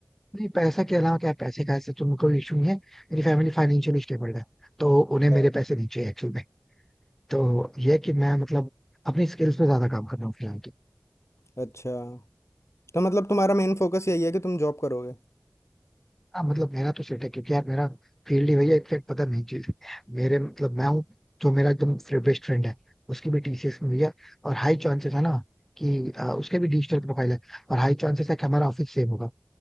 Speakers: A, in the centre; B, on the left.
A: नहीं पैसा के अलावा क्या है पैसे का ऐसे तो कोई इशू नहीं है मेरी फैमिली फाइनेंशियली स्टेबल है तो उन्हें मेरे
B: अच्छा
A: पैसे नहीं चाहिए एक्चुअल में तो ये है कि मैं मतलब अपनी स्किल्स पे ज्यादा काम कर रहा हूँ फिलहाल
B: अच्छा तो मतलब तुम्हारा मेन फोकस यही है कि तुम जॉब करोगे
A: हाँ मतलब मेरा तो सेट है क्योंकि यार मेरा फील्ड ही भैया इनफेक्ट पता नहीं चीज मेरे मतलब मैं हूँ जो मेरा एकदम बेस्ट फ्रेंड है उसकी भी टीसीएस में भैया और हाई चांसेस है ना कि आ, उसके भी डिजिटल प्रोफाइल है और हाई चांसेस है कि हमारा ऑफिस सेम होगा